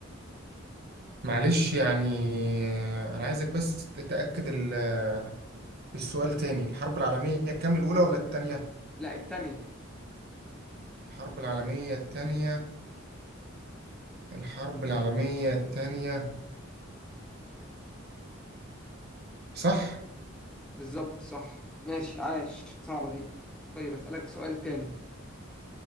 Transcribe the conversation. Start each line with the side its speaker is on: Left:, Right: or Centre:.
Right: معلش يعني آه، انا عايزك بس تتأكد ال- آه، السؤال تاني الحرب العالمية كام الأولى ولا التانية
Centre: لا التانية
Right: الحرب العالمية التانية الحرب العالمية التانية صح
Centre: بالظبط صح ماشي عاش صعبة دي طيب أسألك سؤال تاني